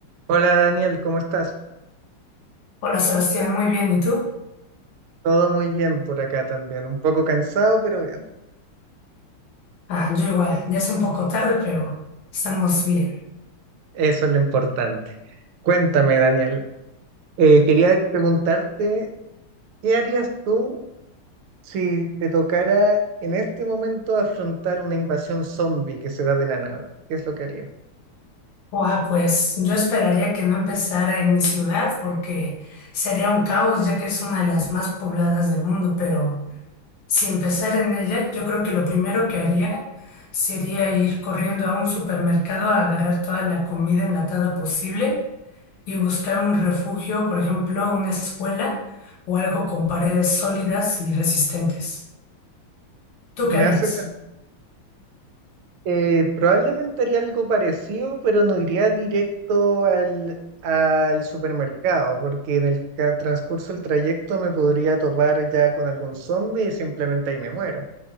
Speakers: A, on the right; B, on the left.
A: Hola Daniel, ¿cómo estás?
B: Hola Sebastián, muy bien. ¿Y tú?
A: Todo muy bien por acá también, un poco cansado, pero bien.
B: Ah, yo igual, ya es un poco tarde, pero estamos bien.
A: Eso es lo importante. Cuéntame, Daniel, eh, quería preguntarte, ¿qué harías tú si te tocara en este momento afrontar una invasión zombie que se da de la nada? ¿Qué es lo que harías?
B: Guau, pues yo esperaría que no empezara en mi ciudad porque sería un caos ya que es una de las más pobladas del mundo, pero si empezara en ella, yo creo que lo primero que haría sería ir corriendo a un supermercado a agarrar toda la comida enlatada posible y buscar un refugio, por ejemplo, una escuela o algo con paredes sólidas y resistentes. ¿Tú
A: Me
B: qué harías?
A: haces Eh, probablemente haría algo parecido, pero no iría directo al, al supermercado, porque en el ca- transcurso del trayecto me podría topar ya con algún zombie y simplemente ahí me muero.